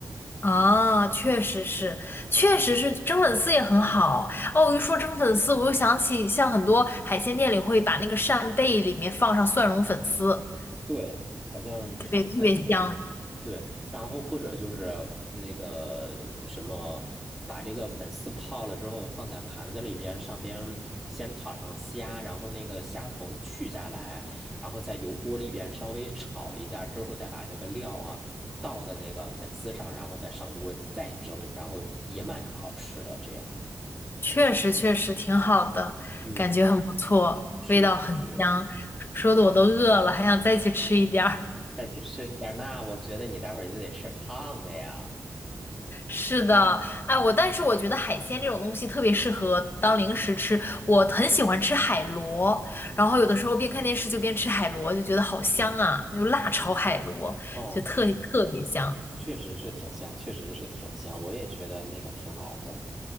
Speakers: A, on the left; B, in the centre.
A: 啊，确实是，确实是蒸粉丝也很好。哦，一说蒸粉丝，我又想起像很多海鲜店里会把那个扇贝里面放上蒜蓉粉丝，
B: 对，好像差不太多。
A: 特别特别香。
B: 对，然后或者就是那个什么，把这个粉丝泡了之后放在盘子里边，上边先躺上虾，然后那个虾头去下来，然后在油锅里边稍微炒一下之后，再把这个料啊倒的那个粉丝上，然后再上锅再蒸，然后也蛮好吃的。这样，
A: 确实确实挺好的，
B: 嗯，
A: 感觉很不错，
B: 是是，
A: 味道很香，说的我都饿了，还想再去吃一点儿。
B: 再去吃一点那我觉得你待会儿就得吃胖了呀。
A: 是的，哎，我但是我觉得海鲜这种东西特别适合当零食吃，我很喜欢吃海螺，然后有的时候边看电视就边吃海螺，就觉得好香啊，就辣炒海螺，
B: 嗯，哦，
A: 就特特别香。
B: 是。的。确实是挺香，确实是挺香，我也觉得那个挺好的。